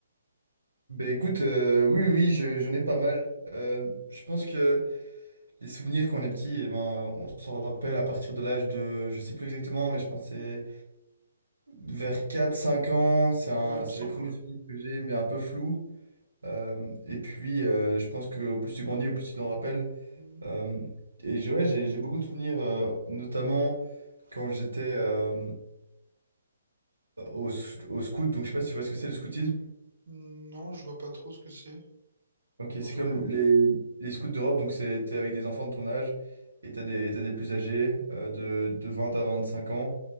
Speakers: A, on the right (about 85°); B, on the right (about 65°).
A: Ben écoute, euh, oui, oui, je- j'en ai pas mal. Euh, je pense que les souvenirs quand on est petit, eh ben, on s'en rappelle à partir de l'âge de, je sais plus exactement, mais je pense que c'est vers quatre cinq ans. C'est un-
B: Ouais, il me
A: c'est
B: semble,
A: les premiers
B: ouais.
A: souvenirs que j'ai, mais un peu flous. Euh, et puis, euh, je pense qu'au plus tu grandis, au plus tu t'en rappelles.
B: Hmm.
A: Euh, et je- ouais, j'ai j'ai beaucoup de souvenirs, euh, notamment quand j'étais euh, au, s- au scout. Donc, je sais pas si tu vois ce que c'est le scoutisme.
B: Non, je vois pas trop ce que c'est. Non,
A: Ok, c'est
B: Je vois
A: comme
B: pas.
A: les, les scouts d'Europe, donc c'est, t'es avec des enfants de ton âge et t'as des, t'as des plus âgés euh, de, de 20 à 25 ans